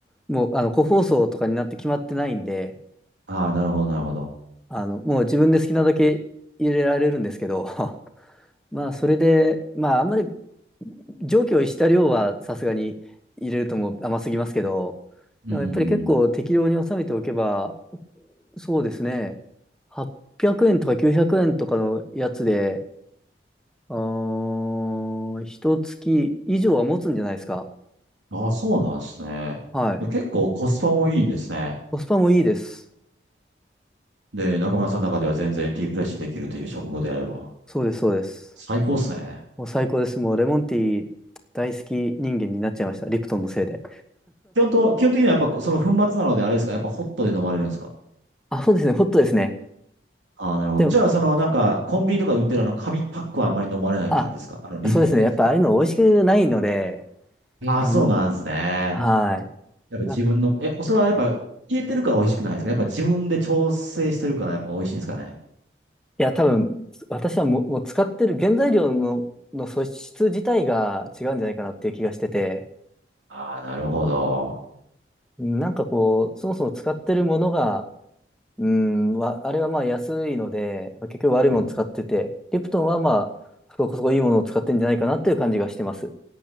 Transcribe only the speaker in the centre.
もう、あの、個包装とかになって決まってないんで、
あの、もう自分で好きなだけ入れられるんですけど、<laughs> まあ、それで、まあ、あんまり常軌を逸した量はさすがに入れるともう甘すぎますけど、
でもやっぱり結構適量に収めておけば、そうですね、800円とか900円とかのやつで、あー、一月以上は持つんじゃないですか。
はい。
コスパもいいです。
そうです、そうです。
もう最高です。もうレモンティー大好き人間になっちゃいました。リプトンのせいで。
<laughs> あ、そうですね。ホットですね。
でも、
あ、
そうですね。やっぱああいうの美味しくないので、
あの
はい。
な、い
や、多分、私はもう、もう使ってる原材料の、の素質自体が違うんじゃないかなっていう気がしてて、
なんかこう、そもそも使ってるものが、うん、わ、あれはまあ安いので、まあ結局悪いもの使ってて、
リプトンはまあ、そこそこいいものを使ってんじゃないかなっていう感じがしてます。